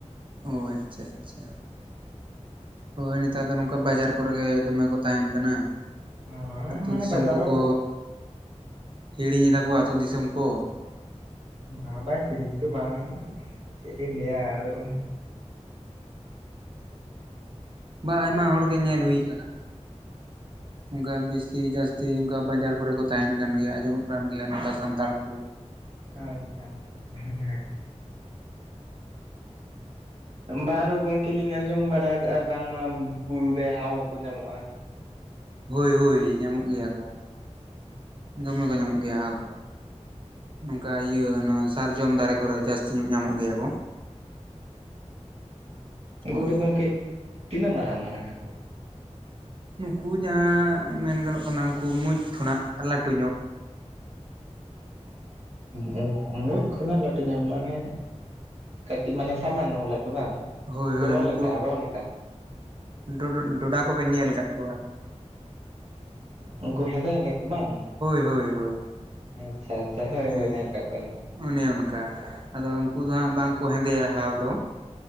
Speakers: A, on the right; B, on the right.
A: ᱚ ᱟᱪᱪᱷᱟ ᱟᱪᱪᱷᱟ ᱦᱳᱭ ᱱᱮᱛᱟᱨ ᱫᱚ ᱱᱚᱝᱠᱟ ᱵᱟᱡᱟᱨ ᱠᱚᱨᱮ ᱜᱮ ᱫᱚᱢᱮ ᱠᱚ ᱛᱟᱦᱮᱱ ᱠᱟᱱᱟ
B: ᱦᱳᱭ
A: ᱟᱹᱛᱳ
B: ᱢᱟᱱᱮ
A: ᱫᱤᱥᱚᱢ
B: ᱵᱟᱡᱟᱨᱳ
A: ᱠᱚᱠᱚ ᱦᱤᱲᱤᱧᱮᱫᱟ ᱠᱚ ᱟᱹᱛᱳ ᱫᱤᱥᱚᱢ ᱠᱚ
B: ᱵᱟᱵᱟᱭ ᱥᱮᱨᱤᱧ ᱠᱤᱱᱛᱩ ᱵᱟᱝ ᱪᱮᱫ ᱤᱧ ᱞᱟᱹᱭᱟ ᱟ
A: ᱵᱟ ᱟᱭᱢᱟ ᱦᱚᱲ ᱜᱮ ᱧᱮᱞ ᱦᱩᱭ ᱟᱠᱟᱱᱟ
B: <inaudible>
A: ᱚᱱᱠᱟ ᱵᱮᱥᱤ ᱡᱟᱹᱥᱛᱤ ᱚᱱᱠᱟ ᱵᱟᱡᱟᱨ ᱠᱚᱨᱮ ᱠᱚ ᱛᱟᱦᱮᱱ ᱠᱟᱱ ᱜᱮᱭᱟ ᱟᱸᱡᱚᱢᱚᱜ ᱠᱟᱱ ᱜᱮᱭᱟ ᱱᱚᱝᱠᱟ ᱥᱟᱱᱛᱟᱲ ᱠᱚ
B: ᱟᱪᱪᱷᱟ ᱟᱪᱪᱷᱟ ᱵᱟᱨᱦᱚ ᱜᱚᱝᱠᱮ ᱞᱤᱧ ᱟᱸᱡᱚᱢ ᱵᱟᱲᱟ ᱠᱟᱜᱼᱟ ᱵᱟᱝᱢᱟ ᱵᱩᱨᱩ ᱨᱮ ᱦᱟᱣ ᱦᱚᱸᱠᱚ ᱧᱟᱢᱚᱜᱼᱟ
A: ᱦᱳᱭ ᱦᱳᱭ ᱧᱟᱢᱚᱜ ᱜᱮᱭᱟ ᱠᱚ ᱫᱚᱢᱮ ᱠᱚ ᱧᱟᱢᱚᱜ ᱜᱮᱭᱟ ᱦᱟᱣ ᱠᱚ ᱱᱚᱝᱠᱟ ᱤᱭᱟᱹ ᱚᱱᱟ ᱥᱟᱨᱡᱚᱢ ᱫᱟᱨᱮ ᱠᱚᱨᱮ ᱡᱟᱹᱥᱛᱤ ᱧᱚᱜ ᱧᱟᱢᱚᱜ ᱜᱮᱭᱟ ᱠᱚ
B: ᱩᱝᱠᱩ
A: ᱦᱳᱭ
B: ᱫᱚ ᱜᱚᱝᱠᱮ ᱛᱤᱱᱟᱹᱜ ᱢᱟᱨᱟᱝ ᱢᱟᱨᱟᱝᱼᱟᱠᱚ
A: ᱱᱩᱠᱩ ᱡᱟᱦᱟᱸ ᱢᱮᱱ ᱜᱟᱱᱚᱜ ᱠᱟᱱᱟ ᱩᱱᱠᱩ ᱢᱩᱡ ᱠᱷᱚᱱᱟᱜ ᱞᱟᱹᱴᱩ ᱧᱚᱜ
B: ᱴᱩᱠ ᱢᱩᱡ ᱠᱷᱚᱱᱟᱜ ᱞᱟᱹᱴᱩ ᱧᱚᱜ ᱢᱟᱱᱮ ᱠᱟᱹᱛᱤᱡ ᱢᱟᱱᱮ ᱥᱟᱢᱟᱱᱱᱚ ᱞᱟᱹᱴᱩ ᱵᱟᱝ
A: ᱦᱳᱭ
B: ᱠᱚᱨᱚ
A: ᱦᱳᱭ ᱱᱩᱠᱩ
B: ᱞᱮᱠᱟ ᱨᱚ ᱞᱮᱠᱟ
A: ᱰᱚᱰᱚ ᱰᱚᱰᱟ ᱠᱚᱵᱮᱱ ᱧᱮᱞ ᱠᱟᱹᱜ ᱠᱚᱣᱟ
B: ᱩᱝᱠᱩ ᱦᱮᱸᱫᱮ ᱦᱮᱸᱫᱮ ᱠᱚ ᱵᱟᱝ
A: ᱦᱳᱭ ᱦᱳᱭ ᱦᱳᱭ
B: ᱟᱪᱪᱷᱟ ᱟᱪᱪᱷᱟ ᱦᱳᱭ
A: ᱦᱮᱸ
B: ᱦᱳᱭ ᱧᱮᱞ ᱠᱟᱜ ᱠᱚᱣᱟᱞᱤᱧ
A: ᱚᱱᱮ ᱚᱱᱠᱟ ᱟᱫᱚ ᱩᱱᱠᱩ ᱫᱚ ᱦᱟᱸᱜ ᱵᱟᱝᱠᱚ ᱦᱮᱸᱫᱮᱭᱟ ᱦᱟᱣ ᱫᱚ